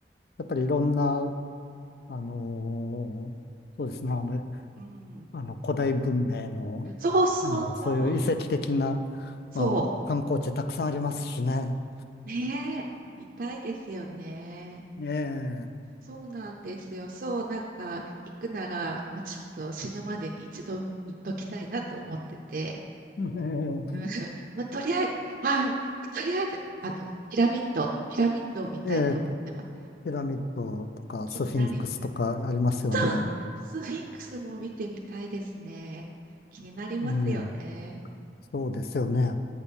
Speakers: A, on the left; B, on the right.
A: やっぱりいろんな、あのーそうですね、あの、
B: うん。
A: あの古代文明の、
B: そうそうそう。
A: あの、そういう遺跡的な、
B: そ
A: あの、観光地たくさんありますしね。
B: う。ねえ。見たいですよね。
A: ええ、
B: そうなんですよ。そう、なんか、行くなら、もうちょっと死ぬまでに一度行っときたいなと思ってて、
A: <laughs>
B: うん <laughs>
A: ええ、
B: まあ、とりあえず、はい、とりあえず、あの、ピラミッド、ピラミッドを見たいと思ってます。
A: ええ、ええピラミッドとかスフィンクスとかありますよね。
B: 気になります。そうスフィンクスも見てみたいですね。気になりますよね。
A: うん。そうですよね。